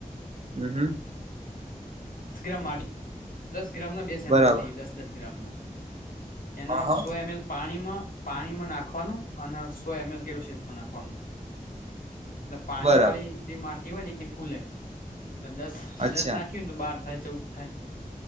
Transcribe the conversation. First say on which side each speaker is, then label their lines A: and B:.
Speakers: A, on the right; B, on the left.
A: હમ્મ હમ્મ
B: દસ ગ્રામ માટે દસ ગ્રામ ના બે સેમ્પલ
A: બરાબર
B: લઈએ દસ દસ ગ્રામ ના એના
A: હા હા
B: સો એમ એલ પાણીમાં પાણીમાં નાખવાનું અને સો એમ એલ કરું છે નાખવાનું એટલે પાણી
A: બરાબર
B: વાળી જે માટી હોય ને એ ફૂલે એટલે દસ
A: અચ્છા
B: દસ નાખ્યું ને તો બહાર થાય ચૌદ થાય